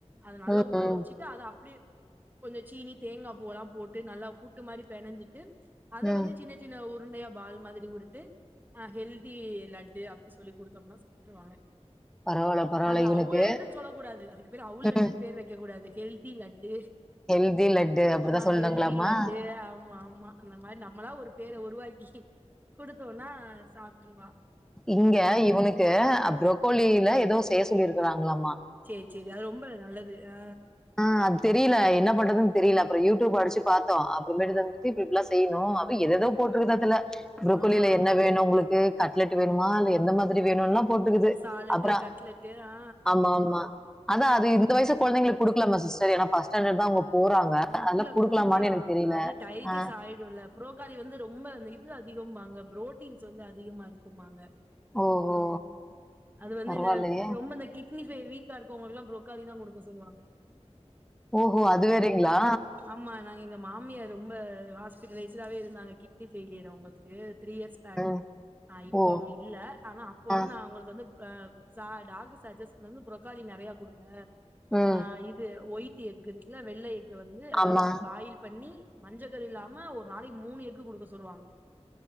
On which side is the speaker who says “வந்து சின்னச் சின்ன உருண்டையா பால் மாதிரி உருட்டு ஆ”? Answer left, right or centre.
Right